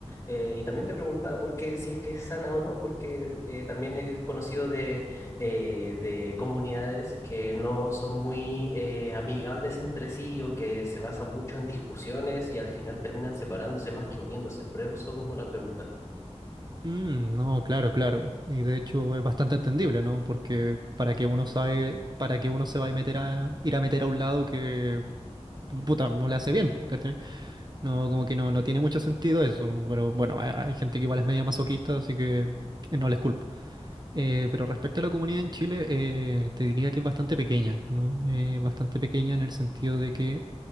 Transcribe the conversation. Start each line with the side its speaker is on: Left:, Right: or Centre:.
Left: Eh, y también te preguntaba por qué, si es que es sana o no, porque eh, también he conocido de eh, de comunidades que no son muy eh, amigables entre sí o que se basan mucho en discusiones y al final terminan separándose más que uniéndose. Por eso mismo la pregunta.
Right: Mm, no, claro, claro. Y de hecho es bastante entendible, ¿no? Porque para que uno sabe, para que uno se va a meter a ir a meter a un lado que pu- puta, no le hace bien, ¿cachai? No, como que no, no tiene mucho sentido eso. Bueno, bueno, hay, hay gente que igual es media masoquista, así que eh, no les culpo. Eh, pero respecto a la comunidad en Chile, eh, te diría que es bastante pequeña, ¿no? Eh, bastante pequeña en el sentido de que